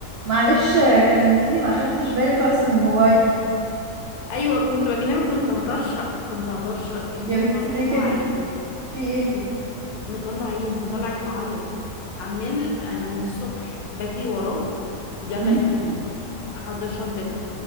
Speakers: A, on the right; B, on the left.
A: معلش آه، كلمتيني ما اخدتش بالي خالص من الموبايل
B: ايوه كنت بكلمك كنت هطرشق كنت هطرشق ابني
A: يا بنتي
B: مطلع
A: ليه كده
B: عيني
A: في ايه
B: بص مطلع عيني مطلع عيني هعيط عمال انا من الصبح بجري وراه يلا
A: مم.
B: يا حبيبي احضر شنطتك